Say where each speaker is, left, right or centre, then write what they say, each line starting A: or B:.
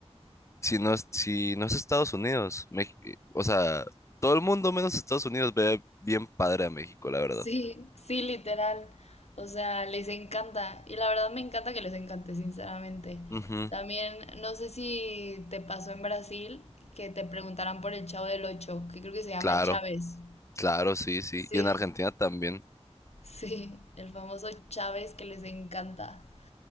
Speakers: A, on the left (about 25°); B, on the left (about 70°).
A: si no es, si no es Estados Unidos, Mex- eh, o sea, todo el mundo menos Estados Unidos ve bien padre a México, la verdad.
B: sí, sí, literal. O sea, les encanta. Y la verdad me encanta que les encante, sinceramente.
A: Ujú,
B: También, no sé si te pasó en Brasil que te preguntaran por el Chavo del Ocho, que creo que se llama
A: claro.
B: Chávez.
A: Claro, sí, sí.
B: Sí,
A: Y en Argentina también.
B: sí, el famoso Chávez que les encanta.